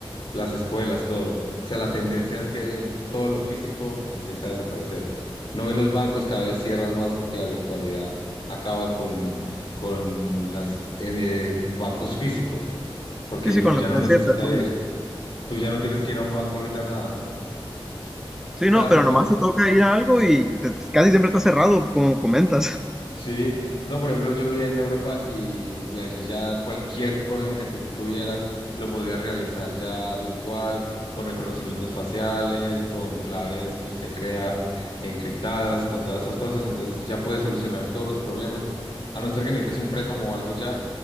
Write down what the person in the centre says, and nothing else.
Sí, sí,
con
la influencia
de personas.
Sí,
no,
pero
nomás te toca ir a algo y te- casi siempre está cerrado, como comentas.